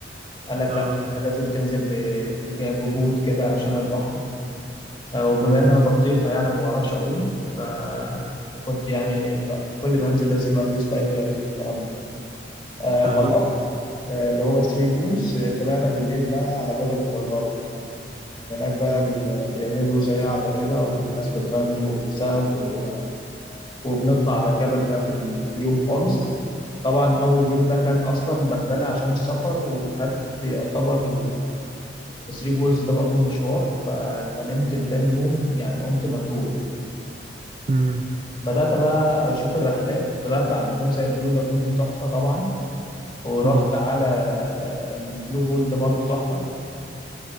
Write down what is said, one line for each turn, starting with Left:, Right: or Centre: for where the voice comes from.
Left: قال لك
Right: اه
Left: لا انت لازم تنزل ب- بيجا- ببوت كده عشان البحر آه، وبما ان
Right: مم،
Left: انا بطيخه يعني ما بعرفش اعوم ف- فكنت يعني كل ما انزل لازم البس لايف جاكيت والكلام ده آه،
Right: اه
Left: خلصت آه، اللي هو ثري بولز آه، طلعنا بالليل بقى على جبل الطويلات هناك بقى ال- بيعملوا زي قاعدة كده وناس بتغني وبتسقف و- وبنطلع على الجبل في آخر اليوم خالص طبعا أول يوم ده كان أصلا بهدلة عشان السفر وخدت يعتبر الثري بولز ده برضو مشوار ف- فنمت لتاني يوم يعني قمت متول
Right: مم،
Left: بدأت بقى أشوف الرحلات طلعت على اللاجون زي البلو لاجون دي تحفة طبعا ورحت
Right: مم.
Left: على آه، البلو هول ده برضو تحفة